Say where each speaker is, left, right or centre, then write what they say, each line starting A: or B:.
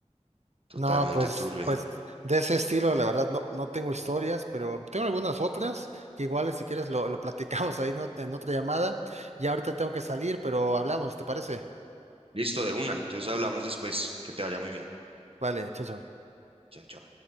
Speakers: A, on the right; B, on the right.
A: totalmente
B: No, pues,
A: turbia.
B: pues de ese estilo, la verdad, no, no tengo historias, pero tengo algunas otras, que igual si quieres lo, lo platicamos ahí no- en otra llamada. Ya ahorita tengo que salir, pero hablamos, ¿te parece?
A: Listo, de una. Entonces hablamos después. Que te vaya muy bien.
B: Vale, chao, chao.
A: Chao, chao.